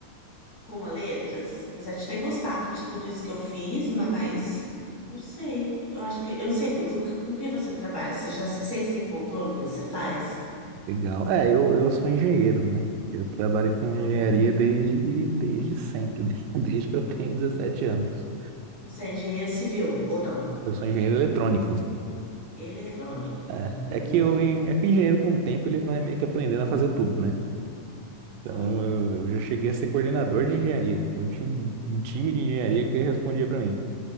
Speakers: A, on the left; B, on the right.
A: com a letras, apesar de ter gostado de tudo isso que eu fiz, mas não sei, eu acho que, eu não sei do- com que você trabalha, você já se, você se encontrou no que você faz?
B: Legal. É, eu, eu sou engenheiro, né? Eu trabalho com
A: Ah,
B: engenharia desde, desde sempre, <laughs> desde que eu tenho 17 anos.
A: você é engenheiro civil ou não?
B: Eu sou engenheiro eletrônico.
A: Eletrônico.
B: É,
A: Ah,
B: é que
A: legal.
B: eu, en- é que o engenheiro com o tempo ele vai meio que aprendendo a fazer tudo, né? Então
A: Ah,
B: eu, eu já cheguei a ser coordenador de engenharia. Então tinha um, um time de engenharia que respondia para mim.